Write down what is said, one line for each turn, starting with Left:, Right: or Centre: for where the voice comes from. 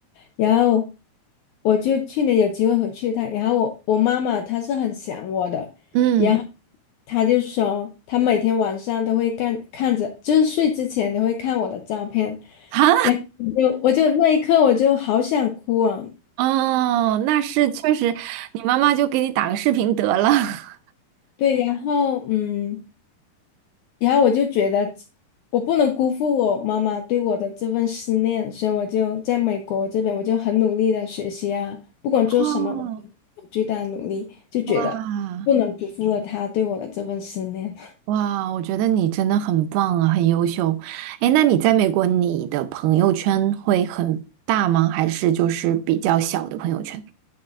Left: 然后我就去年有机会回去一趟，然后我我妈妈她是很想我的，
Right: 嗯，
Left: 然后她就说她每天晚上都会看看着，就是睡之前都会看我的照片，
Right: 啊，
Left: 然后我就我就那一刻我就好想哭啊，
Right: <laughs> 哦，那是确实，你妈妈就给你打个视频得了。<laughs>
Left: 对，然后嗯。然后我就觉得我不能辜负我妈妈对我的这份思念，所以我就在美国这边，我就很努力的学习啊，不管做什么，
Right: 哦。
Left: 我都我最大的努力，就觉得不能辜负了她对我的这份思念。
Right: 啊。哇，我觉得你真的很棒啊，很优秀。哎，那你在美国，你的朋友圈会很大吗？还是就是比较小的朋友圈？